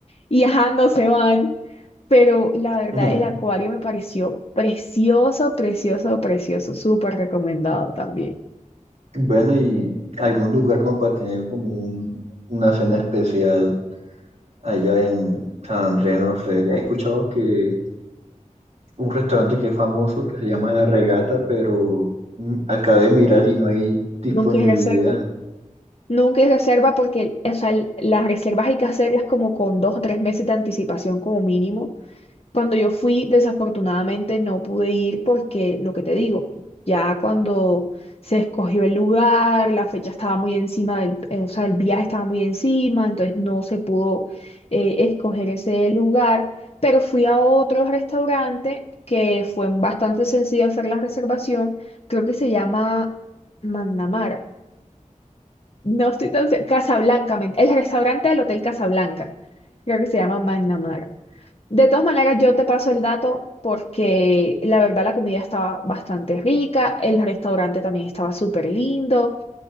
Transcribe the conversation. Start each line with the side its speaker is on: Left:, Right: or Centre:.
Left: y ajá, no se van. Pero la verdad,
Right: Ujú.
Left: el acuario me pareció precioso, precioso, precioso. Súper recomendado también.
Right: Bueno, y algún lugar como para tener como un- una cena especial allá en San Andrés, no sé. Ya he escuchado que un restaurante que es famoso que se llama La Regata, pero mm, acabé de mirar y no hay disponibilidad.
Left: Nunca hay reserva. Nunca hay reserva porque, o sea, el- las reservas hay que hacerlas como con dos o tres meses de anticipación como mínimo. Cuando yo fui, desafortunadamente no pude ir porque, lo que te digo, ya cuando se escogió el lugar, la fecha estaba muy encima del, eh, o sea, el viaje estaba muy encima, entonces no se pudo eh, escoger ese lugar, pero fui a otro restaurante que fue bastante sencillo hacer la reservación, creo que se llama Mandamara. No estoy tan... se- Casablanca, men- el restaurante del Hotel Casablanca. Creo que se llama Magnamara. De todas maneras, yo te paso el dato porque la verdad la comida estaba bastante rica, el restaurante también estaba súper lindo,